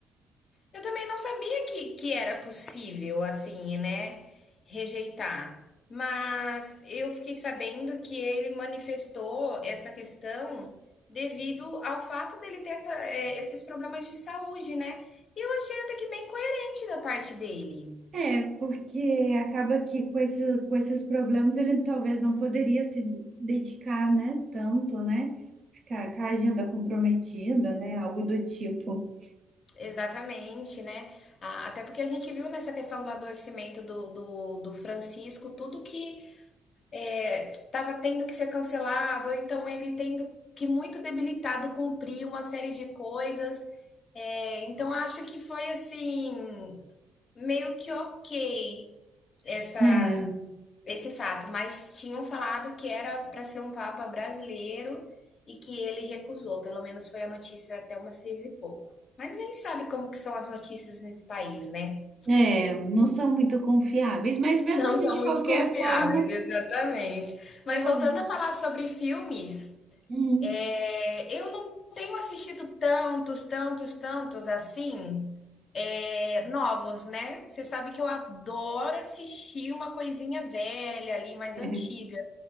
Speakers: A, on the left; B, on the right.
A: Eu também não sabia que, que era possível, assim, né, rejeitar. Mas eu fiquei sabendo que ele manifestou essa questão devido ao fato dele ter essa- eh, esses problemas de saúde, né? E eu achei até que bem coerente da parte dele.
B: É, porque acaba que com esse, com esses problemas ele talvez não poderia se dedicar, né, tanto, né? Ficar com a agenda comprometida, né? Algo do tipo.
A: Exatamente, né? A- Até porque a gente viu nessa questão do adoecimento do, do, do Francisco, tudo que estava tendo que ser cancelado, ou então ele tendo que muito debilitado cumprir uma série de coisas. É, então acho que foi assim, meio que ok essa
B: É,
A: esse fato, mas tinham falado que era para ser um papa brasileiro e que ele recusou, pelo menos foi a notícia até umas seis e pouco. Mas a gente sabe como que são as notícias nesse país, né?
B: é, não são muito confiáveis, mas mesmo
A: Não
B: assim,
A: são
B: de
A: muito
B: qualquer
A: confiáveis,
B: forma,
A: exatamente. Mas
B: eu.
A: voltando a falar sobre filmes,
B: Hum,
A: é, eu não tenho assistido tantos, tantos, tantos assim, é, novos, né? Você sabe que eu adoro assistir uma coisinha velha ali, mais
B: <laughs>
A: antiga.